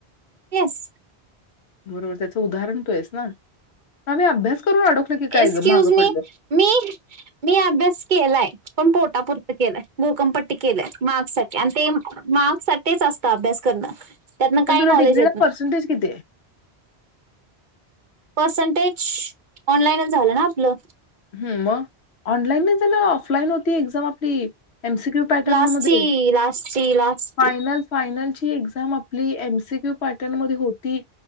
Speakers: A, on the right; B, on the left.
A: एस.
B: बरोबर त्याच उदाहरण तो आहेस ना आमही अभ्यास. करून अडकलो की काय
A: एक्सक्यूज
B: गं मागं पडलो.
A: मी मी मी अभ्यास. केलाय पण पोटापुरत केलंय भूकंमपट्टी केलंय मार्क्स साठी आणि ते मार्क्स साठी असत अभ्यास करणं त्यातन
B: पण
A: काही
B: तुला
A: नॅलेज
B: डिग्रीला
A: येत नाही.
B: पर्सेंटेज किती आहे?
A: पर्सेंटेज ऑनलाईनच झालं ना आपलं.
B: हम्म मग ऑनलाईन नाही जला ऑफलाईन होती एक्झाम आपली. एमसी क्यू पॅटर्नमध्ये
A: लास्टची लास्टची लास्टची
B: फायनल, फायनल. एम आप एमसीक्यू पॅटर्न मध्ये होती.